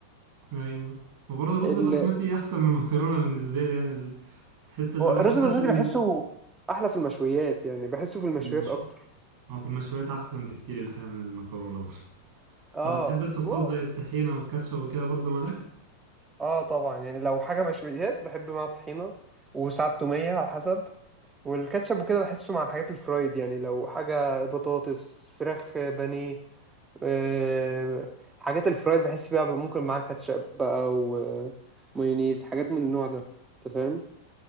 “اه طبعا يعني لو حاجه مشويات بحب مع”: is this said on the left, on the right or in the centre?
Right